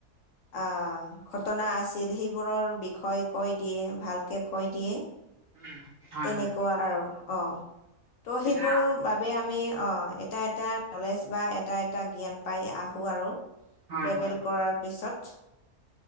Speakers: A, on the left; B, on the right.
A: আ ঘটনা আছিল সেইবোৰৰ বিষয়ে কৈ দিয়ে ভালকে কৈ দিয়ে।
B: উম হয়
A: তেনেকুৱা
B: হয়
A: আৰু অ ত' সেইবোৰ
B: এতিয়া
A: বাবে আমি অ এটা এটা নলেজ বা এটা এটা জ্ঞান পাই আহো আৰু।
B: হয়
A: ট্ৰেবেল
B: হয়
A: কৰাৰ পিছত।